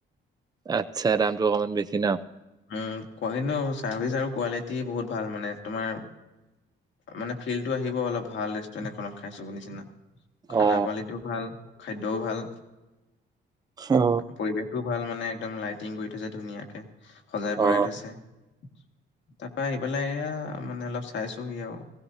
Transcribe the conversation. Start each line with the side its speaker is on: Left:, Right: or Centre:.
Right: আচ্ছা দামটো অকমান বেছি ন?
Left: উ কিন্তু চাৰ্ভিচ আৰু কোৱালিটি বহুত ভাল মানে তোমাৰ মানে ফিল্টো আহিব অলপ ভাল ৰেষ্টুৰেন্ট এখনত খাইছো নিচিনা। খানা
Right: অ
Left: কোৱালিটিও ভাল খাদ্যও ভাল।
Right: অ
Left: পৰিৱেশও ভাল মানে একদম লাইটিং কৰি থৈছে ধুনীয়াকে সজাই পৰাই
Right: অ
Left: থৈছে। <unintelligible> তাৰ পৰা আহি পেলাই এইয়া মানে অলপ চাইছোহি আৰু